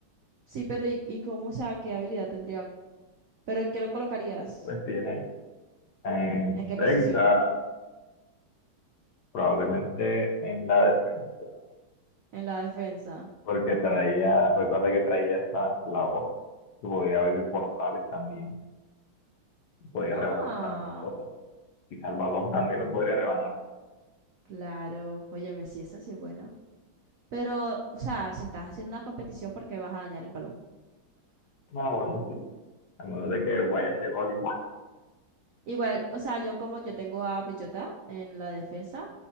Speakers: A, on the right; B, on the left.
A: sí, pero ¿y, y cómo, o sea, qué habilidad tendría? ¿Pero en qué lo colocarías?
B: pues tiene, eh,
A: ¿En
B: no
A: qué
B: sé,
A: posición?
B: quizás probablemente en la defensa,
A: En la defensa.
B: porque traía, recuerda que traía esa, la voz, que podía abrir portales también, y podía
A: Ah.
B: rebanar también cosas. Quizás el balón también lo podría rebanar.
A: Claro, óyeme, sí, eso sí es bueno. Pero, o sea, si estás haciendo una competición, ¿por qué vas a dañar el balón?
B: No, bueno, sí. A menos de que vaya ese gol y
A: Igual, o sea, yo como yo tengo a Bellota en la defensa,